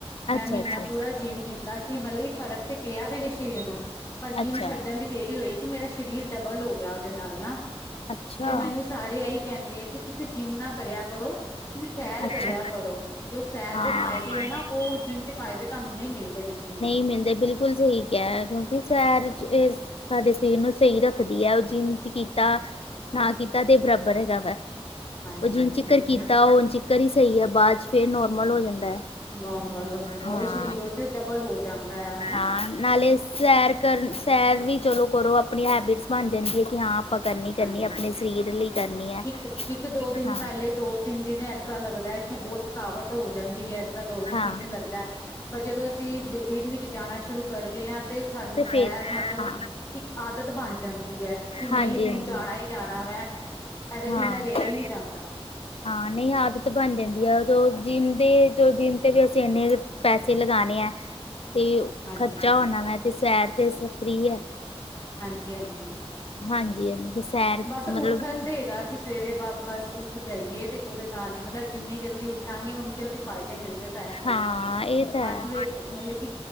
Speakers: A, on the left; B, on the left.
A: ਮੈਂ
B: ਅੱਛਾ
A: ਮਹੀਨਾ
B: ਅੱਛਾ
A: ਪੂਰਾ ਜਿੰਮ ਕੀਤਾ ਸੀ, ਮਤਲਬ ਕਿ ਫ਼ਰਕ ਤੇ ਪਿਆ ਮੇਰੇ ਸਰੀਰ ਨੂੰ ਪਰ ਜੀਮ
B: ਅੱਛਾ
A: ਛੱਡਣ ਦੀ ਦੇਰੀ ਹੋਈ, ਕਿ ਮੇਰਾ ਸਰੀਰ ਡਬਲ ਹੋ ਗਿਆ ਉਹਦੇ ਨਾਲ ਨਾ
B: ਅੱਛਾ
A: ਤੇ ਮੈਨੂੰ ਸਾਰੇ ਇਹੀ ਕਹਿੰਦੇ ਆ ਕਿ ਤੁਸੀਂ ਜਿੰਮ ਨਾ ਕਰਿਆ ਕਰੋ। ਤੁਸੀਂ ਸੈਰ
B: ਅੱਛਾ
A: ਕਰਿਆ ਕਰੋ ਜੋ ਸੈਰ
B: ਹਾਂ
A: ਦੇ ਫਾਇਦੇ ਹੈ ਨਾ ਉਹ ਜਿੰਮ ਚ ਫਾਇਦੇ ਤੁਹਾਨੂੰ ਨਈ ਮਿਲਦੇ ਬਿਲਕੁਲ ਵੀ।
B: ਮਿਨ ਤੇ ਬਿਲ ਬਿਲਕੁਲ ਸਹੀ ਕਿਆ ਹੈ ਕਿਉਂਕਿ ਸੈਰ ਚ ਸਾਡੇ ਸਰੀਰ ਨੂੰ ਸਹੀ ਰੱਖਦੀ ਹੈ ਉਹ ਜਿਮ ਤ ਕੀਤਾ ਨਾ ਕੀਤਾ ਤੇ ਬਰਾਬਰ ਹੈਗਾ ਵਾ
A: ਹਾਂਜੀ
B: ਉਹ ਜਿਹਨ
A: ਹਾਂਜੀ
B: ਚਿਕਰ
A: ਉਹੀ
B: ਕੀਤਾ
A: ਨਾ
B: ਉਨ ਕਰੀ ਸਹੀ ਹੈ ਬਾਦ ਚ ਫੇਰ ਨੋਰਮਲ ਹੋ ਜਾਂਦਾ।
A: ਨੋਰਮਲ ਹੋ ਜਾਂਦਾ
B: ਹਾਂ।
A: ਉਹੀ ਸਰੀਰ ਉੱਥੇ ਡਬਲ ਹੋ ਜਾਂਦਾ ਹਨਾ।
B: ਹਾਂ ਨਾਲੇ ਸੈਰ ਕਰਨ ਸੈਰ ਵੀ ਚਲੋ ਕਰੋ ਆਪਣੀ ਹੈਬਿਟਸ ਬਣ ਜਾਂਣਦੀ ਹੈ ਕਿ ਹਾਂ ਆਪਾਂ ਕਰਨੀ-ਕਰਨੀ
A: ਹਾਂਜੀ
B: ਆਪਣੇ
A: ਹਾਂਜੀ
B: ਸਰੀਰ ਲਈ ਕਰਨੀ ਹੈ
A: ਇੱਕ ਇੱਕ ਦੋ ਦਿਨ
B: ਹਾਂ।
A: ਪਹਿਲੇ ਦੋ ਤਿੰਨ ਦਿਨ ਇਸਰ੍ਹਾ ਲੱਗਦਾ ਹੈ ਕਿ ਬੌਤ ਥਕਾਵਟ ਹੋ ਜਾਂਦੀ ਹੈ ਇਸ ਤਰ੍ਹਾਂ ਦੋ ਦਿਨ,
B: ਹਾਂ
A: ਤਿੰਨ ਦਿਨ ਲੱਗਦਾ। ਪਰ ਜਦੋਂ ਅਸੀਂ ਦਿੱਲੀ ਵਿੱਚ ਜਾਣਾ ਸ਼ੁਰੂ ਕਰਦੇ ਹਾਂ ਤੇ ਸਾਨੂੰ ਸ਼ੈਰ
B: ਫੇਰ
A: ਮਤਲਬ
B: ਹਾਂ
A: ਇੱਕ ਆਦਤ ਬਣ ਜਾਂਦੀ ਹੈ ਕਿ ਨਈ
B: ਹਾਂਜੀ
A: ਹੁਣ
B: ਹਾਂਜੀ
A: ਜਾਣਾ ਹੀ ਜਾਣਾ ਮੈਂ ਇਹਦੇ
B: ਹਾਂ
A: ਬਿਨਾਂ ਰਿਹਾ ਹੀ ਨੀ ਜਾਂਦਾ।
B: ਹਾਂ ਨਈ ਆਦਤ ਬਣ ਜਾਂਦੀ ਹੈ ਜਿੰਮ ਦੇ ਜੋ ਜਿਮ ਤੇ ਵੀ ਅਸੀਂ ਇੰਨੇ ਪੈਸੇ ਲਗਾਣੇ ਹੈ ਤੇ
A: ਹਾਂਜੀ
B: ਖਰਚਾ
A: ਹਾਂਜੀ
B: ਹੋਣਾ ਵੈ ਤੇ ਸੈਰ ਤੇ ਸ ਫ੍ਰੀ ਹੈ।
A: ਹਾਂਜੀ-ਹਾਂਜੀ
B: ਹਾਂਜੀ ਹਾਂਜੀ ਸੈਰ
A: ਬਸ ਉੱਠਣ
B: ਮਤਲਬ
A: ਤੇ ਹੈਗਾ। ਕਿ ਸਵੇਰੇ ਬ ਬਸ ਉੱਠ ਜਾਈਏ ਤੇ ਉਹਦੇ ਨਾਲ ਹੀ ਮਤਲਬ ਜਿੰਨੀ ਜਲਦੀ ਉੱਠਾਂਗੇ ਓਨੀ ਜਲਦੀ ਫਾਇਦੇ ਮਿਲਦੇ। ਸੈਰ ਦੇ
B: ਹਾਂ ਇਹ ਤਾਂ ਹੈ
A: ਅੱਠ ਵਜੇ ਮਤਲਬ ਕਿ